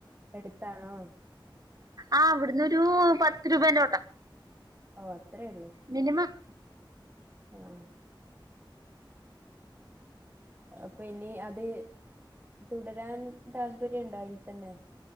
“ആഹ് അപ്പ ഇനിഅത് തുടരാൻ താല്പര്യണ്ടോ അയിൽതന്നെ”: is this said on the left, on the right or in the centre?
Right